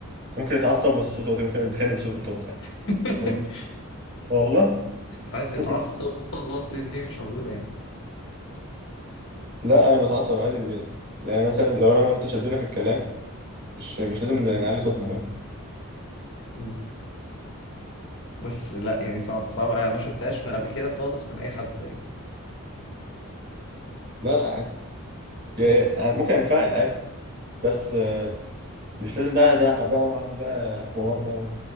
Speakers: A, on the right; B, on the left.
A: ممكن اتعصب بس بصوت واطي ممكن اتخانق بس بصوت واطي يعني
B: <laughs>
A: فاهم والله
B: عايز تتعصب
A: <laughs>
B: الصفات دي مش موجوده يعني
A: لا انا بتعصب عادي ب... يعني مثلا لو انا وانت شدينا في الكلام مش مش لازم نعلي صوتنا فاهم
B: مم. بس لا يعني صعب صعب آه، ما شفتهاش من قبل كده خالص من اي حد تاني
A: لا لا عادي يعني أنا ممكن انفعل عادي بس آه، مش لازم بقى ازعق بقى واعمل بقى حوار بقى و...